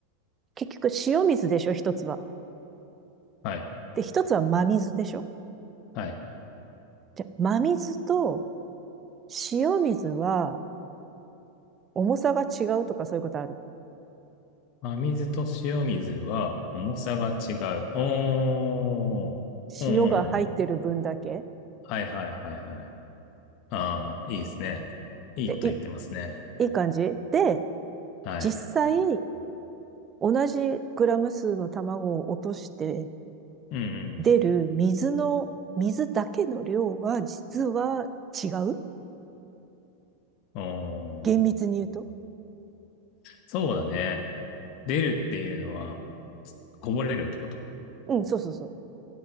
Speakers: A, on the right (about 20°); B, on the left (about 40°).
A: 結局、塩水でしょ、一つは。
B: はい。
A: で、一つは真水でしょ
B: はい。
A: じゃあ、真水と塩水は、重さが違うとかそういうことある。
B: 真水と塩水は重さが違う。おー。うんうんうん。
A: 塩が入ってる分だけ。
B: はいはいはいはい。ああ、いいですね。いいこと言ってますね。
A: で、いい、いい感じで、
B: はい。
A: 実際、同じグラム数の卵を落として
B: うん
A: 出る水の、水だけの量は実は違う
B: うん。おー。
A: 厳密に言うと。
B: そうだね。出るっていうのは、こぼれるってこと。
A: うん、そうそうそう。